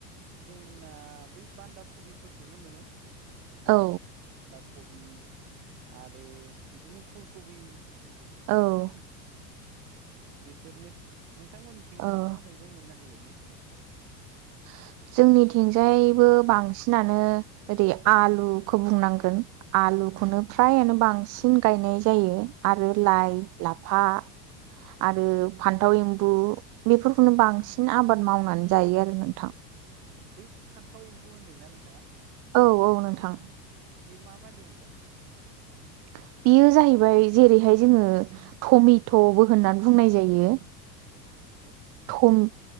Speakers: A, on the right; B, on the right.
A: जोंना बै बान्दा कबिफोरखौनो मोनो ।
B: औ
A: कबि आरो बिदिनो फुल कबि
B: औ
A: बेफोरनो नोंथांमोननिथिं
B: औ
A: मा मा मैगं मोननो हायो मेसें बोथोराव
B: <inaudible> जोंनिथिंजायबो बांसिनानो ओरै आलुखौ बुंनांगोन आलु फुलुखौनो फ्रायानो बांसिन गायनाय जायो आरो
A: अ
B: लाइ लाफा आरो फान्थाव एम्बु बेफोरखौनो बांसिन आबाद मावनानै जायो आरो नों
A: बै फान्थाव एम्बु होनदोंना नोंथाङा
B: औ औ नोंथां
A: बि माबायदि मैगं
B: <inaudible> बेयो जाहैबाय जेरैहाय जोङो टमेट'बो होननानै बुंनाय जायो।
A: औ
B: थ